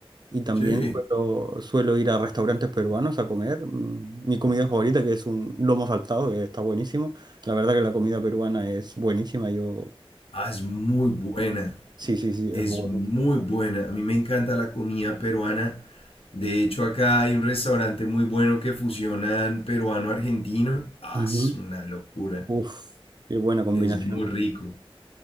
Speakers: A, on the right; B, on the left.
A: Y también
B: sí,
A: suelo, suelo ir a restaurantes peruanos a comer. mm, Mi comida favorita, que es un lomo saltado, que está buenísimo. La verdad que la comida peruana es buenísima. Yo...
B: ah, es muy buena,
A: Sí, sí, sí, es
B: es
A: buenísima.
B: muy buena. A mí me encanta la comida peruana De hecho, acá hay un restaurante muy bueno que fusionan peruano-argentino. Ah,
A: Ujú.
B: es una locura.
A: Uf, qué buena combinación.
B: Es muy rico.